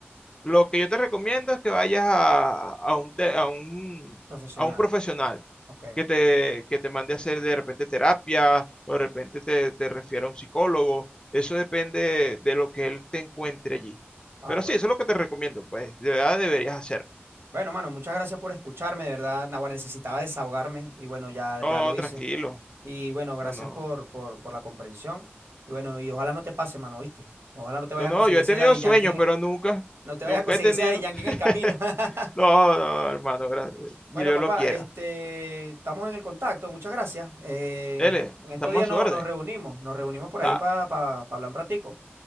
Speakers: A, on the left; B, on the right.
A: Lo que yo te recomiendo es que vayas a, a un, te- a un,
B: Profesional.
A: a un profesional
B: Ok.
A: que te, que te mande a hacer de repente terapia o de repente te, te refiera a un psicólogo. Eso depende de lo que él te encuentre allí.
B: Ah,
A: Pero
B: bueno.
A: sí, eso es lo que te recomiendo, pues. De verdad deberías hacerlo.
B: Bueno, mano, muchas gracias por escucharme, de verdad. Naguará, necesitaba desahogarme y bueno, ya,
A: No,
B: ya lo hice.
A: tranquilo.
B: Y bueno, gracias
A: No, no.
B: por, por, por la comprensión. Y bueno, y ojalá no te pase, mano, ¿viste? Ojalá no te vayas
A: No, no,
B: a conseguir
A: yo he
B: ese
A: tenido
B: Daddy
A: sueños,
B: Yankee en-
A: pero nunca,
B: no te
A: nunca
B: vayas a conseguir
A: he tenido.
B: ese Daddy Yankee
A: <laughs>
B: en el camino. <laughs>
A: No, no, hermano, gra- ni
B: Bueno,
A: Dios
B: papá,
A: lo quiera.
B: este, estamos en el contacto, muchas gracias. Eh,
A: L, estamos
B: en estos días
A: a su
B: no,
A: orden.
B: nos reunimos, nos reunimos por
A: Da-
B: ahí para hablar un ratico.